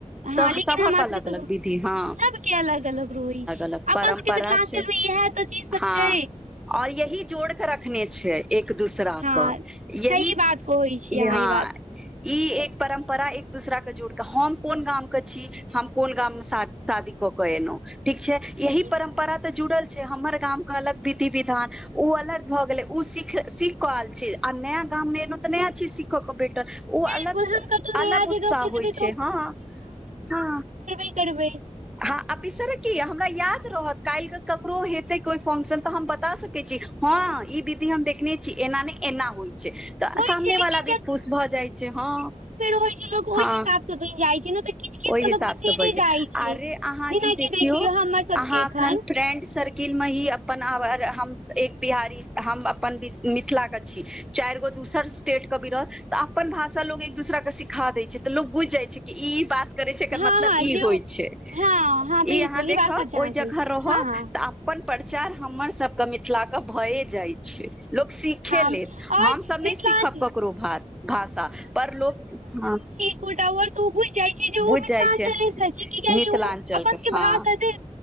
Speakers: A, on the right; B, in the centre.
A: हँ
B: तऽ
A: लेकिन
B: सभक
A: हमरा सबके
B: अलग
A: तऽ
B: अलग विधि हँ
A: सबके अलग अलग रहै अछि
B: अलग परम्परा
A: अपना सबके मिथिलाञ्चल
B: छै
A: मऽ इह चीज सब
B: हँ
A: छै
B: और यही जोड़ कऽ रखने छै एक दूसरा
A: हँ
B: कऽ यही
A: सही
B: य
A: बात कहै छी
B: यहाँ
A: अहाँ ई बात
B: ई एक परम्परा एक दूसरा कऽ जोड़ के हम कोन गाम के छी हम कोन गाम मऽ शादी कऽ केऽ एलहुँ ठीक छै यही
A: हम्म,
B: परम्प रा तऽ जुड़ल छै हमर गाम के अलग विधि विधान ओ अलग भऽ गेलै ओ सिख सीख कऽ आल छै आ नया गाममे एयलहुँ तऽ नया चीज सीखय कऽ भेटल ओ
A: बिल्कुल
B: अलग
A: हम कतहु
B: अलग
A: नया
B: उत्साह
A: जगह पर
B: होइ
A: जेबै
B: छै
A: तऽ
B: हँ हँ
A: की करबै
B: हँ आ बिसर कि हमरा याद रहत काल्हि के ककरो हेतै कोई फंक्शन तऽ हम बता सक हँ ई विधि हम देखने छी एना ने एना होइ छै तऽ
A: होइ
B: सामने
A: छै लेकिन
B: वाला भी खुश भऽ जाइ छै हँ
A: हो छै लोक ओहि
B: हँ
A: हिसाब से बनि जाइ छै ने तऽ किछु किछ
B: ओहि हिसाबसँ
A: तऽ लोक बिसेरे
B: बजि
A: जाइ छै
B: अरे अहाँ
A: जेनाकि
B: ई देखियो
A: देख लियौ हमर सबके
B: अहा अखन
A: एखन
B: फ्रेंड स वकिल मे ही अपन आ हम एक बिहारी हम अपन मिथिलाके छी चारिगो दूसर स्टेट कऽ भी रह तऽ अपन भाषा लोक एक दुसरा के सिखा दैत छै तऽ लोक बुझि जाइ छै ई ई बात करै छै एकर
A: हँ
B: मतलब
A: हँ
B: ई
A: जो
B: होइ छै
A: हँ हँ
B: ई
A: बिल्कुल
B: अहाँ देखब
A: बात सच अहाँ
B: ओई जगह
A: कहै छी
B: रहब
A: हँ हँ
B: तऽ अपन प्रचार हमर सबके मिथिला के भए जाइ छै लोक सीखे
A: हँ
B: लेत
A: आओर
B: हमसभ
A: मिथिलाञ्चल
B: नै सीखब ककरो भात भाषा पर लोक हँ
A: कोटावर तऽ उ बुझि जाइ छै जे ओ
B: बुझि
A: मिथिलाञ्चले
B: जाइ छै
A: रहै छै कियाकि
B: मिथिलाञ्चलके
A: ओ अपन सबके
B: हँ
A: भाषा एते